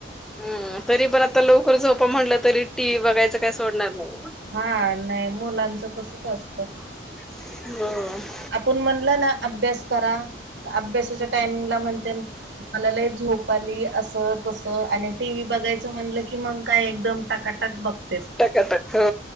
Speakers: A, in the centre; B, on the right.
A: हम तरी पण आता लवकर झोपा म्हणलं तरी टी व्ही बघायचं काय सोडणार नाही.
B: हा नाही मुलांचं तसच असतं.
A: हो,
B: आपण म्हणलं ना अभ्यास करा अभ्यासाच्या टायमिंगला म्हणते, मला लय झोप आली असं तसं आणि टी व्ही बघायचं म्हणलं की मग! काय एकदम टाकाटाक बघतेत
A: टक टक हो,